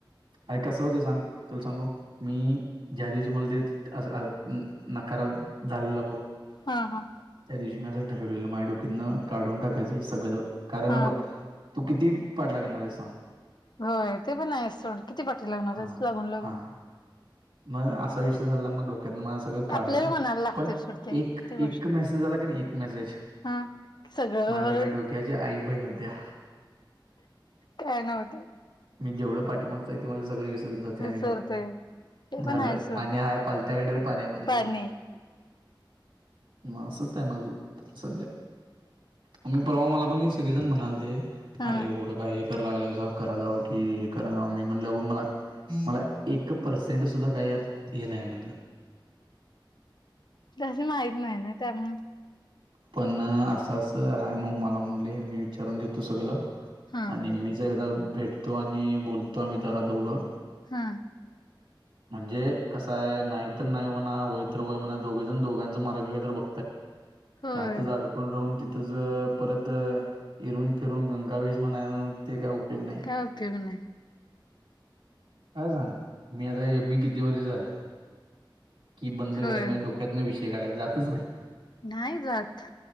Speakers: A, on the right; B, on the left.
A: अरे कस होत सांग तुला सांगू मी ज्या दिवशी मला ते न करत झालं मग
B: हा हा
A: त्या दिवशी मी असं ठरवलेलं माझ्या डोकीतनं काढून टाकायचं हे सगळं कारण
B: हा
A: बघ तू किती पाठ लागणार आहे सांग
B: होय ते पण आहे अस किती पाठी लागणार
A: हा
B: आहे लागून लागून
A: हा मग असा विषय झाला मग ड मला सगळं काढायचं
B: आपल्याला म्हणायला लागते
A: पण
B: सोड ते
A: एक
B: ती गोष्ट
A: एक मेसेज आला की नाही एक मेसेज
B: हा सगळं
A: माझ्या सगळ्या डोक्याच्या आई बहिण होत्या
B: काय नव्हते
A: मी जेवढं पाठीमागत आहे ते माझ सगळं विसरून जाते आणि
B: विसरतोय
A: परत
B: ते पण
A: झालं
B: आहे सोड
A: आणि हाय पालत्याकडेर पण आहे माझ्याकडे
B: पाणी
A: मासच आहे माझं सध्या मम्मी परवा मला पण ह सगळीजण म्हणालते
B: हा
A: अरे एवढं काय हे करा लागलाय कराय वाटत की हे कराय जावं मी म्हटलं बघ मला मला एक पर्सेंट सुद्धा काही यात हे नाही म्हणलं
B: तस माहत नाही ना त्यामु
A: पण असं अस आहे मग मला म्हणले मी विचारून घेतो सगळं
B: हा
A: आणि मी ज एकदा भेटतो आणि बोलतो आम्ही दरा दोघं
B: हा
A: म्हणजे कसंय नाही तर नाही म्हणा होय तर होय म्हणा दोघेजण दोघांचा मार्ग का तर बघ
B: होय
A: त्यातच अडकून राहून तच परत इरून फिरून गंगावेश म्हणायला ते काय उपयोग नाही
B: काय उपयोग नाही
A: काय सांग मी आता मी किती वर्ष झालं कि बंद
B: होय
A: करायन म्हणजे डोक्यातन विषय काढत जातच नाही
B: नाही जात